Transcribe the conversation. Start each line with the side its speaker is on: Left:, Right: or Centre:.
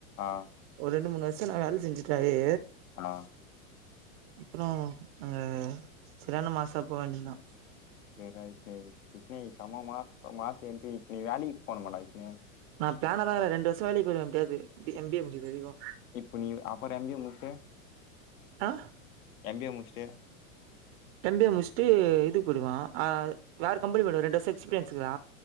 Left: ஆ
Right: ஒரு ரெண்டு மூணு வர்ஷோ நா வேல செஞ்சுட்டாவே
Left: ஆ
Right: அப்றோ அங்க செரியான மாஸ்சா போ வேண்டியதா
Left: சேர்ரா விஷ்ணு விஷ்ணய் செம மா மாஸ் என்ட்ரி இப் நீ வேலைக்கு போனுமாடா விஷ்ணு
Right: நா பிளானதாருக்குறே ரெண்டு வர்ஷோ வேலைக் போய்டுவே எப்டியாவது எம் பி ஏ முடியகிற வரைக்கு
Left: இப்ப நீ அப்பற எம் பி ஏ முஸ்ட்டு
Right: ஆ
Left: எம் பி ஏ முஸ்ட்டு
Right: எம் பி ஏ முஸ்ட்டு இதுக்கு போய்டுவே அ வேற கம்பெனி போடுவே ரெண்டு வர்ஷா எக்ஸ்பீரியன்ஸ் இருக்குல